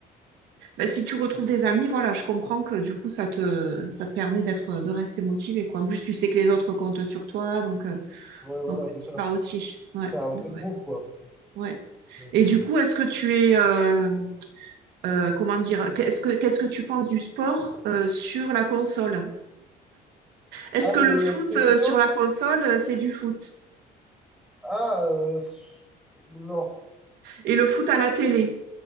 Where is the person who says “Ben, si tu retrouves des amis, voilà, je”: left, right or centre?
Right